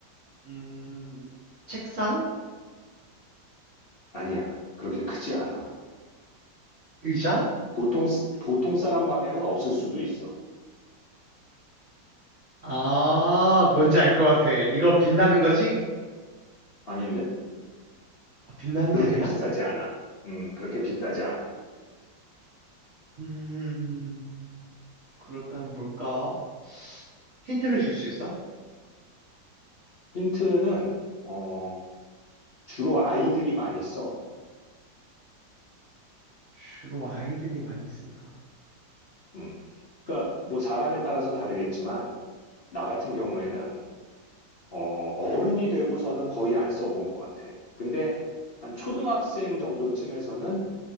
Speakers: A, on the right; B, on the left.
A: 음, 책상?
B: 아니야. 그렇게 크지 않아.
A: 의자?
B: 보통, 스- 보통 사람 방에는 없을 수도 있어.
A: 아, 뭔지 알 것 같아. 이거 빛나는 거지?
B: 아닌데?
A: 아, 빛나는
B: 그렇게
A: 게 아니야?
B: 비싸지 않아. 음, 그렇게 비싸지 않아.
A: 음, 그렇다면 뭘까? 힌트를 줄 수 있어?
B: 힌트는, 어, 주로 아이들이 많이 써.
A: 주로 아이들이 많이 쓴다.
B: 음, 그러니까 뭐 사람에 따라서 다르겠지만, 나 같은 경우에는, 어, 어른이 되고서는 거의 안 써본 것 같아. 근데 한 초등학생 정도쯤에서는